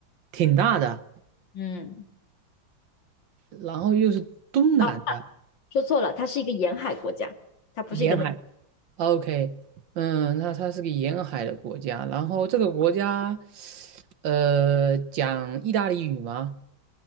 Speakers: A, on the right; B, on the left.
A: 挺大的。
B: 嗯，
A: 然后又是东南的
B: 哦，说错了，它是一个沿海国家，它不是一个内。
A: 沿海，OK，嗯，那它是个沿海的国家，然后这个国家，呃，讲意大利语吗？